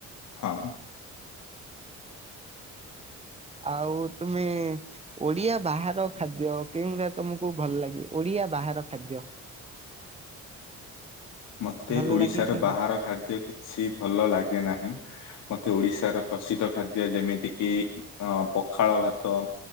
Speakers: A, on the left; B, on the right.
A: ହଁ
B: ଆଉ ତୁମେ ଓଡିଆ ବାହାର ଖାଦ୍ୟ କେଉଁରା ତମକୁ ଭଲ ଲାଗେ ଓଡିଆ ଆ ବାହାର ଖାଦ୍ୟ।
A: ମୋତେ
B: ଭଲ
A: ଓଡିଶାର
B: ଲାଗେ କି
A: ବାହାର
B: ନାଇଁ
A: ଖାଦ୍ୟ କିଛି ଭଲ ଲାଗେ ନାହିଁ। ମତେ ଓଡିଶାର ପ୍ରସିଦ୍ଧ ଖାଦ୍ୟ ଯେମିତି କିି ଅ ପଖାଳ ଭାତ